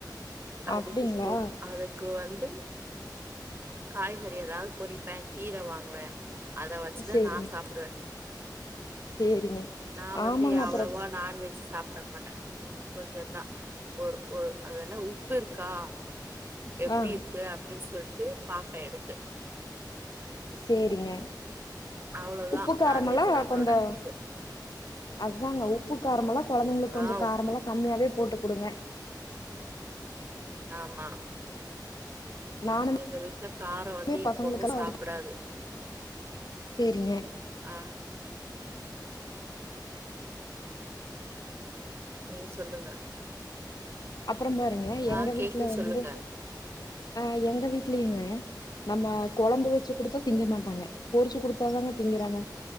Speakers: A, on the right; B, on the left.
A: அதுக்கு
B: அப்டிங்களா
A: தொ அதுக்கு வந் து காய்கறி எதாவ் பொறிப்பே கீர வாங்குவே அத வச்சுதா
B: சேரிங்க
A: நா சாப்புடுவ
B: சேரிங்க
A: நா வந்து
B: ஆமாங்க
A: அவ்ளவா
B: அப்புறோ
A: நான்வெஜ் சாப்ட மாட்ட கொஞ்ச தா ஒர் ஒர் அங்க என்ன உப்பு இருக்கா எப்டி
B: ஆ
A: இருக்கு அப்டின் சொல்ட்டு பாப்பே எடுத்து
B: சேரிங்க
A: அவ்ளோதா
B: உப்பு காரமெல்லா
A: நான்வெஜ் நம்மளோட
B: கொஞ்சோ
A: இது
B: அதுதாங்க உப்பு காரமெல்லா கொழந்தைங்களுக் கொஞ்ச
A: ஆ
B: காரமெல்லா
A: உப்பு
B: கம்மியாவே போட்டு குடுங்க
A: ஆமா
B: நானுமே
A: எங்க வீட்ல காரோ வந்து என்
B: பசங்களுக்கெல்லா
A: பொண்ணு சாப்டாது
B: சேரிங்க
A: ஆ ஏ சொல்லுங்க
B: அப்புறம் பாருங்க எங்க
A: ஆ கேக்குது
B: வீட்ல வந்து
A: சொல்லுங்க
B: ஆ எங்க வீட்லயுங்க நம்ம கொழம்பு வெச்சு குடுத்தா திங்க மாட்டாங்க பொறிச்சு குடுத்தாதாங்க திங்குறாங்க